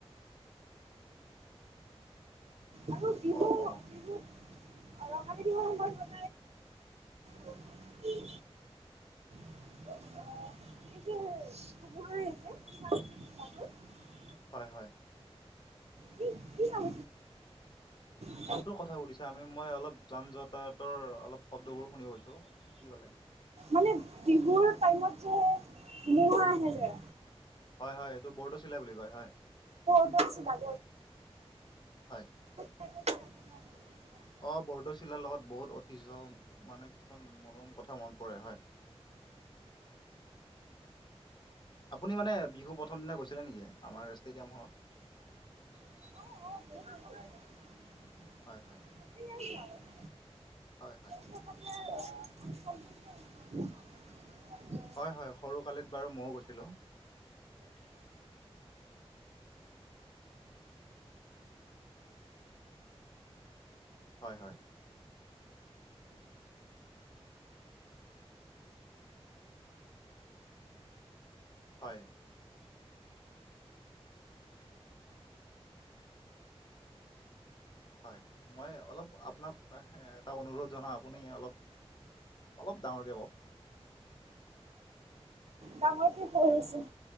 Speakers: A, on the right; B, on the left.
A: <inaudible> আৰু বিহু
B: অ', অ'।
A: বিহুত ৰঙালী বিহুৰ সময়ত বলাই <inaudible> কি বুলি অ' <unintelligible>
B: হয় হয়।
A: কি কি নাম <inaudible>
B: কোনটোৰ কথা সুধিছা আমি মই অলপ যান যাতায়তৰ অলপ শব্দবোৰ শুনি গৈছোঁ, কি ক'লে।
A: মানে বিহুৰ টাইমত যে ধুমুহা আহে যে।
B: হয় হয় এইটো বৰদৈচিলা বুলি কয় হয়।
A: <unintelligible> বৰদৈচিলা।
B: হয়।
A: বৰদৈচিলা
B: অ' বৰদৈচিলাৰ লগত বহুত ঐতিহ্য মানে কিছুমান মনোৰম কথা মনত পৰে হয়। আপুনি মানে বিহু প্ৰথম দিনা গৈছিলে নেকি আমাৰ ষ্টেডিয়ামখনত।
A: অ', অ', <inaudible>
B: হয় হয়।
A: <unintelligible>
B: হয় হয়।
A: <unintelligible>
B: হয় হয় সৰু কালিত বাৰু ময়ো গৈছিলোঁ। হয় হয়। হয়। হয় মই অলপ আপোনাক এটা অনুৰোধ জনা আপুনি অলপ অলপ ডাঙৰকে কওঁক।
A: ডাঙৰকে কয় আছোঁ।